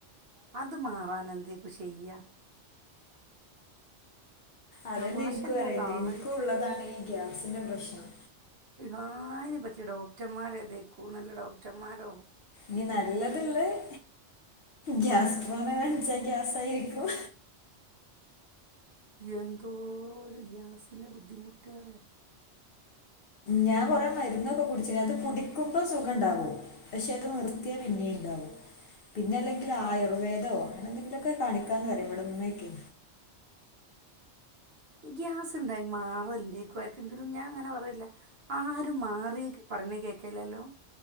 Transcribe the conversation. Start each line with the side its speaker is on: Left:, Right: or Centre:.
Right: അത് മാറാനെ ന്തേകു ചെയ്യാ
Left: അതെന്ന
Right: തമാശല്ല
Left: ഇൻകും അറിയേണ്ടി
Right: കാര്യത്തിൽ
Left: ഇൻക്കും ള്ളതാണ് ഗ്യാസിൻ്റെ പ്രശ്നം
Right: ആഹ് അയ്‌ന് പറ്റിയ ഡോക്ടർമാരെതെക്കൂ നല്ല ഡോക്ടർമാരോ
Left: ഞ് നല്ലത് ള്ളേഹ് ഗ്യാസ് ട്രോമാനാണിച്ച ഗ്യാസായിര്ക്കും
Right: എന്തോ ര് ഗ്യാസിന്റെ ബുദ്ധിമുട്ട് അറിയോ
Left: ഞാൻ കൊറേ മരുന്നൊക്കെ കുടിച്ചിക്ക്ണ് അത് കുടിക്കുമ്പോ സുഖം ഉണ്ടാവും പക്ഷെ അത് നിർത്തിയ പിന്നി ണ്ടാവും പിന്നെ അല്ലെങ്കിൽ
Right: ആ
Left: ആയുർവേദോ അങ്ങന എന്തെങ്കിലൊക്കെ കാണിക്കണം പറിം ഇവിടെ മ്മക്കെ
Right: ഗ്യാസ്ണ്ടായി മാറല്ലെക്കും ആർക്കെങ്കിലും ഞാൻ അങ്ങനെ പറയല്ല ആരും മാറി ക് പറഞ് കേക്കില്ലല്ലോ